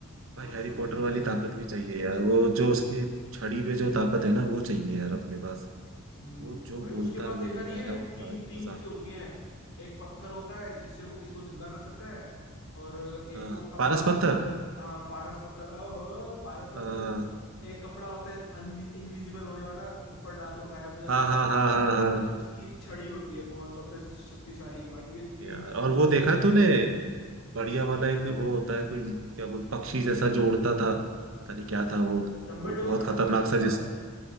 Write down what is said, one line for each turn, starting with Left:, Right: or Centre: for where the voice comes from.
Left: बहुत
Right: भाई हैरी
Left: फनी
Right: पॉटर
Left: था
Right: वाली
Left: भाई
Right: ताकत
Left: वो
Right: भी चाहिए यार वो जो उसकी छड़ी पे जो ताकत है ना वो चाहिए यार अपने पास
Left: हम्म
Right: वो जो
Left: भाई
Right: बोलता
Left: उसके पास
Right: है वो
Left: देखा
Right: होता
Left: नहीं
Right: है
Left: है
Right: ना
Left: वो तीन
Right: हाँ, ये
Left: तीन
Right: मजा
Left: चीजें होती हैं एक पत्थर होता है जिससे वो किसी को जिंदा कर सकता है और एक
Right: हाँ
Left: तो वो कपड़ा
Right: पारस पत्थर
Left: कपड़ा हाँ पारस पत्थर ओहो पारस पत्थर
Right: हाँ
Left: एक कपड़ा होता है इनविजिबल होने वाला ऊपर डाल लो गायब हो जाता
Right: हाँ हाँ
Left: है
Right: हाँ हाँ
Left: और
Right: हाँ
Left: उसकी छड़ी होती है बहुत सबसे शक्तिशाली भाई ये तीन
Right: यार
Left: चीजें
Right: और
Left: मिल
Right: वो
Left: जाए
Right: देखा
Left: ना भाई
Right: तूने बढ़िया वाला एक वो होता है कोई क्या बोल पक्षी जैसा जो उड़ता था पता नहीं क्या था वो
Left: डंबलडोर
Right: वो बहुत
Left: का
Right: खतरनाक
Left: डंबलडोर
Right: सा
Left: का
Right: जिस